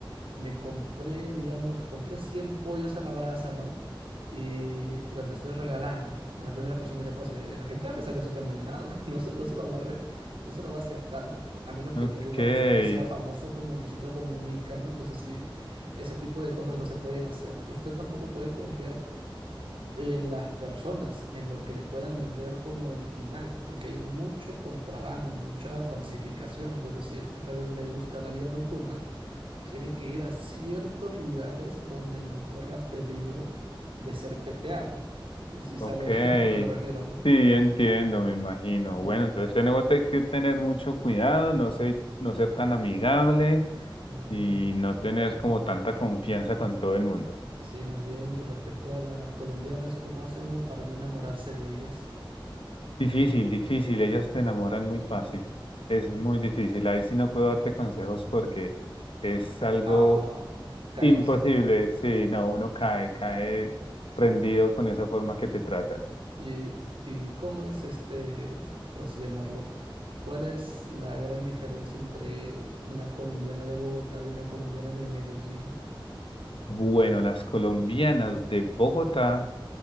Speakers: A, on the right; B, on the left.
A: me compré, digamos, compré 100 pollos a la brasa, ¿no? Y los estoy regalando a la primera persona que pase. La gente va a pensar que eso está envenenado, <laughs> no se, no se lo va a re- no se lo va a aceptar, a menos que
B: ok,
A: ya, digamos, usted sea famoso como Luisito Comunica, ¿no? Entonces sí, ese tipo de cosas no se pueden hacer. Usted tampoco puede confiar en las personas, en lo que le puedan vender como original, porque hay mucho contrabando, mucha falsificación. Entonces, si a usted tal vez le gusta la vida nocturna, tiene que ir a ciertos lugares donde no corra peligro de ser pepeado. Si sabe
B: ok.
A: <laughs> a lo que me refiero, ¿no?
B: Sí, entiendo, me imagino.
A: En-
B: Bueno, entonces tenemos te- que tener mucho cuidado, no ser, no ser tan amigable
A: Mm,
B: y no tener como tanta confianza con todo el mundo.
A: sí, más bien respecto a las colombianas, ¿cómo hace uno para no enamorarse de ellas?
B: Difícil, difícil. Ellas te enamoran muy fácil. Es muy difícil. Ahí sí no puedo darte consejos porque es algo
A: Ah, caíste.
B: imposible. Sí, no, uno cae, cae rendido con esa forma que te tratan.
A: ¿Y, y cómo es este, por así llamarlo? ¿Cuál es la gran diferencia entre una colombiana de Bogotá y una colombiana de Medellín?
B: Bueno, las colombianas de Bogotá